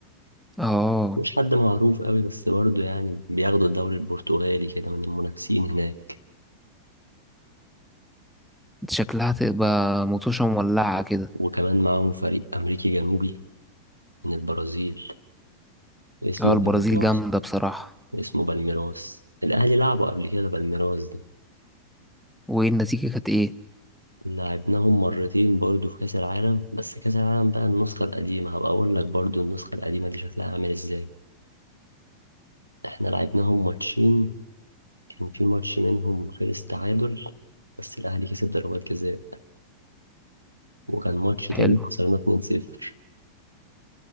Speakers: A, in the centre; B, on the right.
A: اه
B: مش حد معروف قوي بس برضه يعني بياخدوا الدوري البرتغالي كده من المنافسين هناك
A: شكلها تبقى مطوشه مولعه كده
B: وكمان معاهم فريق أمريكي جنوبي من البرازيل اسمه
A: اه البرازيل
B: بالميراس
A: جامده بصراحه
B: اسمه بالميراس الأهلي لعبوا قبل كده بالميراس ده
A: وايه النتيجه كانت ايه
B: لعبناهم مرتين برضو في كأس العالم بس كأس العالم بقى النسخة القديمة هبقى أقول لك برضو النسخة القديمة دي شكلها عامل إزاي إحنا لعبناهم ماتشين كان في ماتش منهم خلص تعادل بس الأهلي كسب ضربات جزاء وكان ماتش تاني
A: حلو
B: خسرنا 2-0